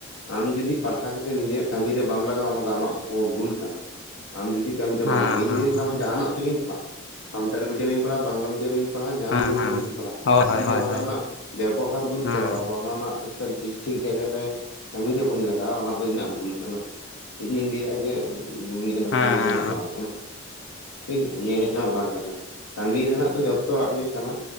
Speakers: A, on the left (about 80°); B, on the left (about 55°).
A: ᱟᱢ ᱡᱩᱫᱤ ᱯᱟᱲᱦᱟᱣ ᱠᱟᱛᱮᱫ ᱱᱤᱡᱮᱨᱟᱜ ᱠᱟᱹᱢᱤᱨᱮ ᱵᱟᱢ ᱞᱟᱜᱟᱣᱼᱟ ᱚᱱᱟ ᱫᱚ ᱟᱢᱟᱜ ᱯᱷᱚ ᱵᱷᱩᱞ ᱠᱟᱱᱟ, ᱟᱢ ᱡᱩᱫᱤ ᱠᱟᱹᱢᱤᱨᱮ
B: ᱦᱮᱸ
A: ᱵᱟᱢ ᱞᱟᱜᱟᱣ-ᱟ ᱤᱧ ᱡᱩᱫᱤ
B: ᱦᱮᱸ
A: ᱥᱟᱵ ᱢᱮ ᱡᱟᱦᱟᱱᱟᱜ ᱛᱤᱜᱤᱧ ᱯᱟᱲᱦᱟᱜ, ᱥᱟᱱᱛᱟᱲᱤ ᱢᱰᱤᱭᱟᱢ ᱤᱧ ᱯᱟᱲᱦᱟᱜ, ᱵᱟᱝᱞᱟ ᱢᱤᱰᱤᱭᱟᱢ ᱤᱧ ᱯᱟᱲᱦᱟᱜ ᱡᱟᱦᱟᱱ
B: ᱦᱮᱸ
A: ᱞᱤᱢᱤᱰᱤᱭᱟᱢ
B: ᱦᱮᱸ
A: ᱛᱮᱜᱤᱧ ᱯᱟᱲᱦᱟᱜ
B: ᱦᱳᱭ
A: ᱤᱧ
B: ᱦᱳᱭ
A: ᱡᱩᱫᱤ
B: ᱦᱳᱭ
A: ᱚᱱᱟᱴᱟᱜ
B: ᱦᱮᱸ
A: ᱨᱮᱱᱟᱜ ᱵᱮᱵᱚᱦᱟᱨ ᱵᱟᱹᱧ
B: ᱦᱮᱸ
A: ᱠᱚᱨᱟᱣᱟ ᱵᱟ ᱚᱱᱟ ᱨᱮᱱᱟᱜ ᱢᱤᱫᱴᱟᱝ ᱵᱮᱥ ᱴᱷᱤᱠ ᱡᱟᱭᱜᱟᱨᱮ ᱠᱟᱹᱢᱤ ᱨᱮ ᱵᱟᱹᱧ ᱞᱟᱜᱟᱣᱟ ᱚᱱᱟ ᱫᱚ ᱤᱧᱟᱹᱜ ᱵᱷᱩᱞ ᱠᱟᱱᱟ, ᱤᱧ ᱤᱧ ᱞᱟᱹᱭᱟ ᱡᱮ ᱱᱤᱭᱟᱹ ᱫᱚ
B: ᱦᱮᱸ
A: ᱠᱟᱹᱢᱤ ᱨᱮᱱᱟᱜ ᱵᱟᱝ ᱠᱟᱱᱟ ᱴᱷᱤᱠ ᱜᱮᱭᱟ ᱱᱤᱭᱟᱹ ᱦᱩᱭᱩᱜ ᱠᱟᱱᱟ ᱢᱟᱨᱟᱝ ᱠᱟᱛᱷᱟ, ᱠᱟᱹᱢᱤ ᱨᱮᱱᱟᱜ ᱫᱚ ᱡᱷᱚᱛᱚᱣᱟᱜ ᱜᱮ ᱠᱟᱱᱟ